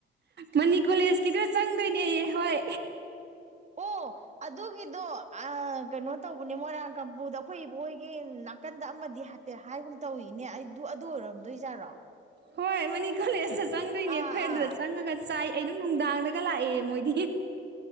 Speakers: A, on the right; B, on the right.
A: ꯃꯅꯤ ꯀꯣꯂꯦꯖꯀꯤꯗꯨꯗ ꯆꯪꯗꯣꯏꯅꯦꯌꯦ ꯍꯣꯏ
B: ꯑꯣ ꯑꯗꯨꯒꯤꯗꯣ ꯑ ꯀꯩꯅꯣ ꯇꯧꯕꯅꯤ ꯃꯔꯥꯡ ꯀꯝꯄꯗ ꯑꯩꯈꯣꯏ ꯏꯕꯣꯏꯒꯤ ꯅꯥꯀꯟꯗ ꯑꯃꯗꯤ ꯍꯥꯞꯦ ꯍꯥꯏꯒꯨꯝ ꯇꯧꯏ ꯏꯅꯦ ꯑꯗꯨ ꯑꯗꯨ ꯑꯣꯏꯔꯝꯗꯣꯏꯖꯥꯠꯔꯣ
A: ꯍꯣꯏ ꯃꯅꯤ ꯀꯣꯂꯦꯖꯇ ꯆꯪꯗꯣꯏꯅꯦ
B: ꯑꯥ
A: ꯑꯩꯈꯣꯏ
B: ꯑꯥ
A: ꯑꯗꯨꯗ ꯆꯪꯉꯒ ꯆꯥꯏ ꯑꯩ ꯑꯗꯨꯝ ꯅꯨꯡꯗꯥꯡꯗꯒ ꯂꯥꯛꯑꯦ ꯃꯣꯏꯗꯤ